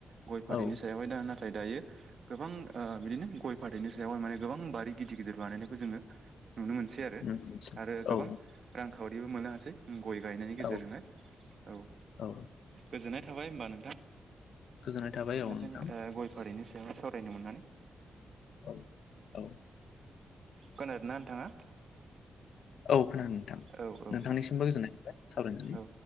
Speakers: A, on the right; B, on the left.
A: गय फाथैनि
B: औ
A: सायावहाय नाथाय दायो गोबां बिदिनो गय फाथैनि सायावहाय माने गोबां बारि गिदिर गिदिर बानायनायखौ जों नुनो मोनसै आरो
B: नोंथांनिसिम
A: आरो गोबां
B: औ
A: रांखावरिबो मोननो हासै गय गायनायनि गेजेरजोंहाय
B: औ
A: औ
B: औ
A: गोजोननाय थाबाय होनबा नोंथां
B: गोजोननाय थाबाय
A: जों
B: औ नोंथां
A: गय फाथैनि सायाव सावरायनो मोननानै
B: औ औ
A: खोनादों ना नोंथाङा
B: औ खोनादों नोंथां
A: औ औ
B: नोंथांनिसिमबो गोजोननाय थाबाय सावरायनानै
A: औ